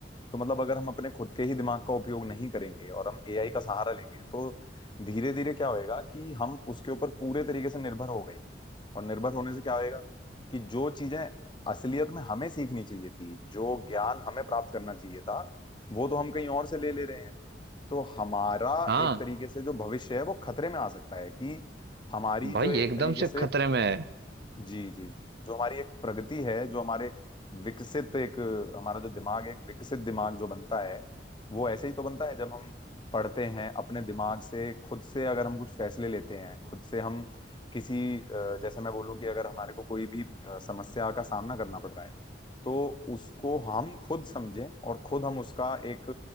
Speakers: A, on the left (about 25°); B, on the right (about 60°).
A: तो मतलब अगर हम अपने खुद के ही दिमाग का उपयोग नहीं करेंगे और हम एआई का सहारा लेंगे तो धीरे धीरे क्या होएगा कि हम उसके ऊपर पूरे तरीके से निर्भर हो गए और निर्भर होने से क्या होएगा कि जो चीजें असलियत में हमें सीखनी चाहिए थी जो ज्ञान हमें प्राप्त करना चाहिए था वो तो हम कहीं और से ले ले रहे हैं तो हमारा
B: हाँ
A: एक तरीके से जो भविष्य है वो खतरे में आ सकता है कि हमारी
B: भाई
A: जो एक
B: एकदम
A: तरीके से
B: से खतरे में है
A: जी जी जी जो हमारी एक प्रगति है जो हमारे विकसित एक हमारा जो दिमाग है, एक विकसित दिमाग जो बनता है वो ऐसे ही तो बनता है जब हम पढ़ते हैं अपने दिमाग से खुद से अगर हम कुछ फैसले लेते हैं खुद से हम किसी अ, जैसे मैं बोलूँ कि अगर हमारे को कोई भी अ, समस्या का सामना करना पड़ रहा है तो उसको हम खुद समझें और खुद हम उसका एक